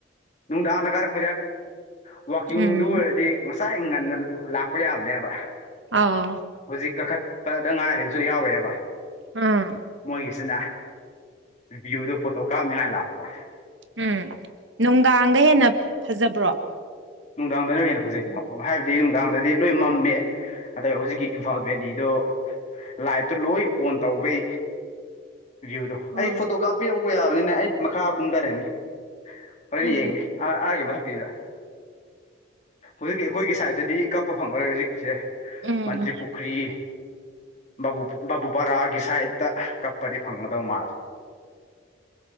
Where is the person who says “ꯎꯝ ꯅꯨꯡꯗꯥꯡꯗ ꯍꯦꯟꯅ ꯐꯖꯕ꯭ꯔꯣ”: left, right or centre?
Right